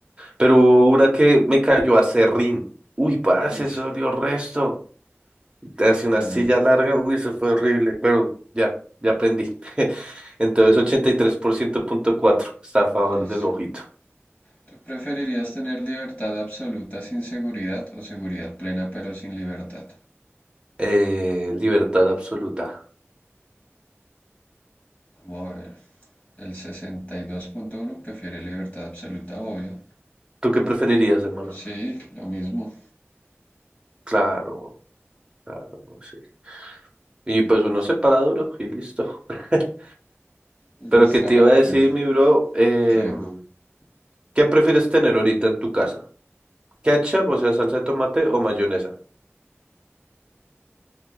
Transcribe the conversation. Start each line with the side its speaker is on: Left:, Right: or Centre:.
Right: Pero hubo una que me cayó a serrín. Uy, parce,
Left: Ush,
Right: eso dolió resto. Te hace una
Left: claro.
Right: silla larga, uy, eso fue horrible, pero ya, ya aprendí. <laughs> Entonces, 83% punto cuatro está a favor
Left: Listo.
Right: del ojito.
Left: ¿Tú preferirías tener libertad absoluta sin seguridad o seguridad plena pero sin libertad?
Right: Eh, libertad absoluta.
Left: Vamos a ver. El 62.1 prefiere libertad absoluta, obvio.
Right: ¿Tú qué preferirías, hermano?
Left: Sí, lo mismo.
Right: Claro, claro, no sé. Y pues uno se para duro y listo. <laughs>
Left: Listo,
Right: Pero qué te
Left: hágale
Right: iba a
Left: pues.
Right: decir, mi bro, Em,
Left: ¿Qué?
Right: ¿qué prefieres tener ahorita en tu casa? ¿Ketchup, o sea, salsa de tomate o mayonesa?